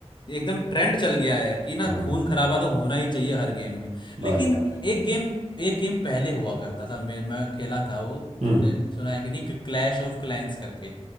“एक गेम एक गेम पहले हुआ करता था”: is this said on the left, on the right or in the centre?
Left